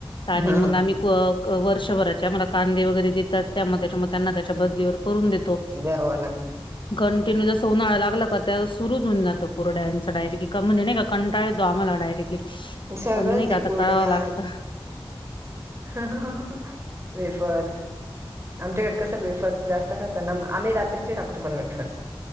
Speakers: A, on the left; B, on the right.
A: आणि
B: हां,
A: मग
B: हां.
A: आम्ही क् वर्षभराचे आम्हाला, कांदे वगैरे देतात. त्या म, त्याच्या म त्यांना, त्याच्या बदलीवर, करून देतो.
B: द्यावं लागतं.
A: कंटिन्यू जस उन्हाळा लागला का, त्या सुरूच होऊन जातो, कुरडाय़ांचा डारेक्ट, का म्हणजे नही का? कंटाळा येतो, आम्हाला डायरेक्टली.
B: सगळंच
A: पण नाही का
B: ये,
A: आता
B: कुरडया
A: करावं लागतं
B: <unintelligible> वेफर्स आमच्या घरात, कसं वेफर्स जास्त खाता ना, मं आम्ही रा त्रीचे टाकतो पण वेफर्स,